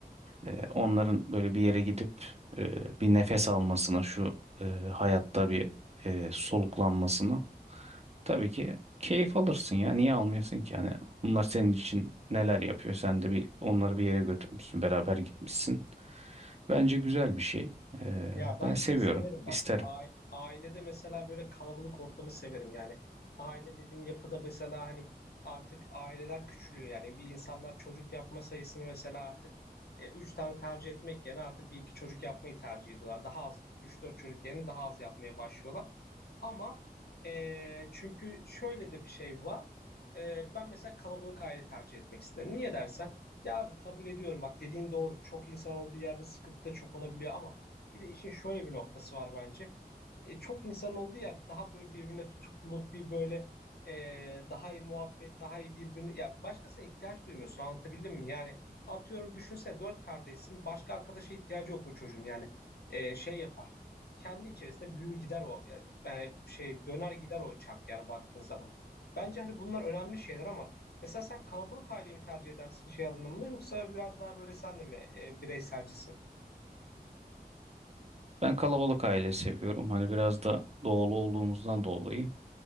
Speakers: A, on the right (about 40°); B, on the left (about 75°).
A: E, onların böyle bir yere gidip e, bir nefes almasına şu e, hayatta bir e, soluklanmasına Tabii ki keyif alırsın ya. Niye almayasın ki? Yani bunlar senin için neler yapıyor? Sen de bir onları bir yere götürmüşsün. Beraber gitmişsin. Bence güzel bir şey. Ee,
B: Ya ben
A: ben
B: şeyi
A: seviyorum.
B: severim bak.
A: isterim.
B: A- Ailede mesela böyle kalabalık ortamı severim. Yani aile dediğin yapıda mesela hani artık aileler küçülüyor. Yani bir insanlar çocuk yapma sayısını mesela artık e, üç tane tercih etmek yerine artık bir iki çocuk yapmayı tercih ediyorlar. Daha az, üç dört çocuk yerine daha az yapmaya başlıyorlar. Ama eee, çünkü şöyle de bir şey var. Eee, ben mesela kalabalık aile tercih etmek isterim. Niye dersen? Ya abi kabul ediyorum bak dediğin doğru. Çok insan olduğu yerde sıkıntı da çok olabiliyor ama bir de işin şöyle bir noktası var bence. E, çok insan olduğu yerde daha böyle birbirine tutukluluk bir böyle eee, daha iyi muhabbet, daha iyi birbirine ya başkasına ihtiyaç duymuyorsun anlatabildim mi? Yani atıyorum düşünsene dört kardeşsin başka arkadaşa ihtiyacı yok bu çocuğun yani Eee, şey yapar kendi içerisinde büyür gider o yani şey döner gider o çark yani baktığın zaman. Bence hani bunlar önemli şeyler ama mesela sen kalabalık aileyi mi tercih edersin şey anlamında yoksa biraz daha böyle sen de mi e, bireyselcisin?
A: Ben kalabalık aile seviyorum. Hani biraz da doğulu olduğumuzdan dolayı